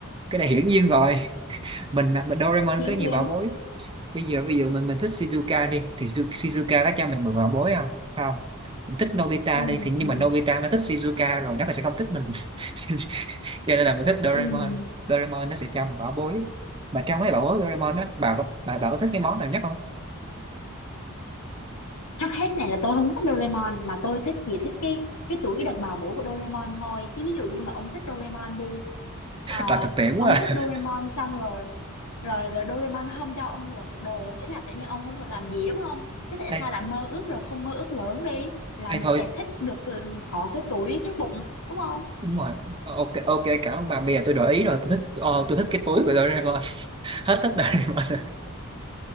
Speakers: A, on the right (about 20°); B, on the left (about 90°).
A: cái này hiển nhiên rồi <laughs> mình mình Doraemon
B: Dĩ
A: có
B: nhiên,
A: nhiều bảo bối bây giờ ví dụ mình mình thích Shizuka đi thì Shizu- Shizuka có cho mình mượn bảo bối không không mình thích Nobita
B: ừ,
A: đi thì nhưng
B: ừ,
A: mà Nobita nó thích Shizuka rồi nó sẽ không thích mình <laughs> cho nên là mình thích Doraemon
B: ừ.
A: Doraemon nó sẽ cho mình bảo bối mà trong mấy bảo bối Doraemon á bà có bà, bà có thích cái món nào nhất không
B: trước hết này là tôi không thích Doraemon mà tôi thích chỉ thích cái cái tuổi đàn bà bổ của Doraemon thôi chứ ví dụ như mà ông thích Doraemon đi ờ,
A: là thực tiễn quá
B: ông
A: à.
B: thích Doraemon xong rồi rồi rồi Doraemon không cho ông mượn đồ thế là tự nhiên ông không được làm gì đúng không thế tại
A: ai
B: sao lại mơ ước rồi không mơ ước lớn đi là
A: ai
B: mình
A: thôi
B: sẽ thích được ừ, có cái tuổi trước bụng đúng không
A: đúng rồi Ờ, ok ok cảm ơn bà bây giờ tôi đổi ý rồi tôi thích ờ, tôi thích cái túi của Doraemon <laughs> hết thích Doraemon rồi